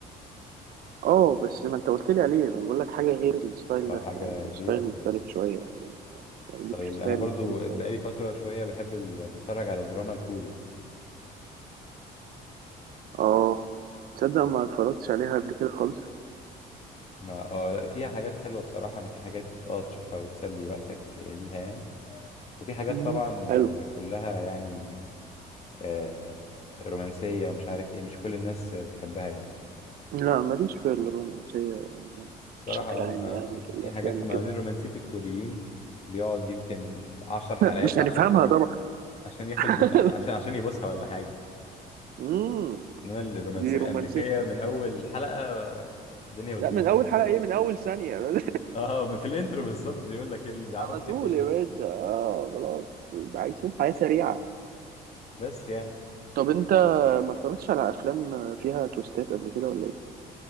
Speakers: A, on the right; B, on the left.
A: اه بس ما انت قلت لي عليه انا بقول لك حاجه غير الستايل
B: اه
A: ده
B: حاجه
A: يعني
B: غيره
A: ستايل مختلف شويه يعني بس- او
B: ستايل
A: ليك في ستايل
B: انا برضو
A: مختلف شويه
B: بقالي فتره شويه بحب ال... بتفرج على الدراما الكوري
A: اه تصدق ما اتفرجتش عليها قبل كده خالص
B: ما اه لا فيها حاجات حلوه بصراحه يعني في حاجات اه تشوفها وتسلي وقتك بيها يعني وفي حاجات
A: مم.
B: طبعا
A: حلو
B: آه، كلها يعني آه، رومانسيه ومش عارف ايه مش كل الناس بتحبها يعني
A: لا ماليش في الرومانسية
B: بصراحه
A: بشكل عام
B: ما
A: يعني في الأفلام
B: في حاجات
A: وكده
B: وبعدين رومانسيه الكوريين بيقعد يمكن عشر حلقات
A: مش هنفهمها
B: عشان عشان
A: طبعا
B: عشان ياخد
A: <laughs>
B: عشان عشان يبصها ولا حاجه
A: مم.
B: انما الرومانسيه
A: دي
B: الامريكيه
A: رومانسية
B: من اول حلقه الدنيا بتبوظ
A: لا من أول حلقة إيه من أول ثانية <laughs>
B: اه في الانترو بالظبط بيقول لك اللي بيعرفك
A: على طول
B: الدنيا
A: يا باشا آه خلاص ده عايشين حياة سريعة
B: بس يعني
A: طب أنت ما اتفرجتش على أفلام فيها تويستات قبل كده ولا إيه؟